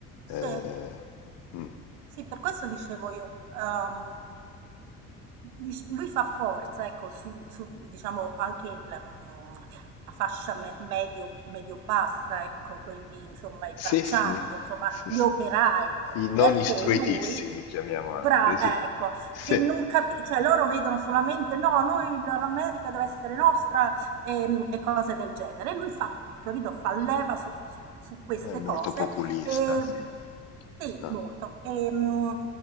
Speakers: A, on the left; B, on the right.
A: eh,
B: Sì.
A: mm.
B: Sì, per questo dicevo io, ehm, dic lui fa forza, ecco, su su diciamo anche la mhmm, la fascia me medio medio-bassa, ecco, quelli insomma i
A: Sì,
B: braccianti
A: sì,
B: o insomma
A: sì,
B: gli
A: sì.
B: operai,
A: I non
B: perché
A: istruitissimi,
B: lui
A: chiamiamo
B: bra
A: anche, sì.
B: ecco,
A: Sì,
B: che
A: è
B: non capi cioè loro vedono solamente: "No, noi l l'America deve essere nostra", ehm, e cose del genere. E lui fa capito, fa leva su su su queste
A: molto
B: cose
A: populista,
B: e
A: sì.
B: sì,
A: Ah.
B: molto. Ehm,